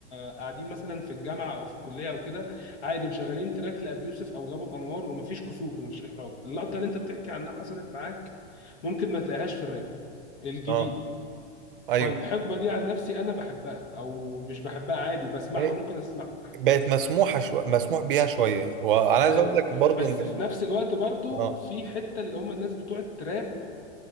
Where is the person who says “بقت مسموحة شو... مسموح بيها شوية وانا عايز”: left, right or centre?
Right